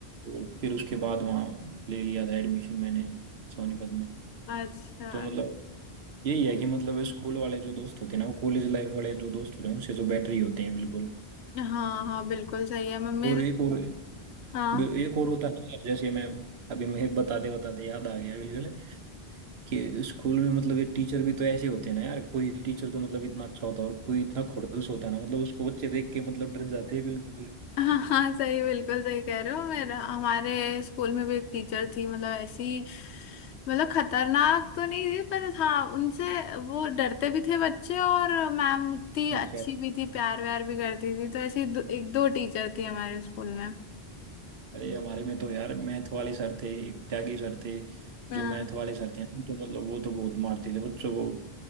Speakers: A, on the right (about 70°); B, on the left (about 80°).
A: तो फिर उसके बाद वहाँ ले लिया था एडमिशन मैंने सोनीपत में
B: हाँ अच्छा
A: तो मतलब यही है कि मतलब स्कूल वाले जो दोस्त होते हैं ना वो कॉलेज लाइफ वाले जो दोस्त होते हैं उनसे तो बेटर ही होते हैं बिल्कुल
B: हाँ हाँ बिल्कुल सही है मम्मी
A: और एक और
B: हाँ
A: एक और होता है ना जैसे मैं अभी मैं बताते बताते याद आ गया बिल्कुल कि स्कूल में मतलब ये टीचर भी तो ऐसे होते हैं ना यार कोई टीचर तो मतलब इतना अच्छा होता है और कोई इतना खड़ूस होता है ना मतलब उसको बच्चे देख के मतलब डर जाते हैं बिल्कुल
B: हाँ <laughs> हाँ सही बिल्कुल सही कह रहे हो मेरा हमारे स्कूल में भी एक टीचर थी मतलब ऐसी मतलब खतरनाक तो नहीं थी पर हाँ उनसे वो डरते भी थे बच्चे और मैम उतनी
A: अच्छा
B: अच्छी भी थी प्यार व्यार भी करती थी तो ऐसी दो, एक दो टीचर थी हमारे स्कूल में
A: अरे हमारे में तो यार मैथ वाले सर थे एक त्यागी सर थे
B: हाँ
A: जो मैथ वाले सर थे ना तो मतलब वो तो बहुत मारते थे बच्चों को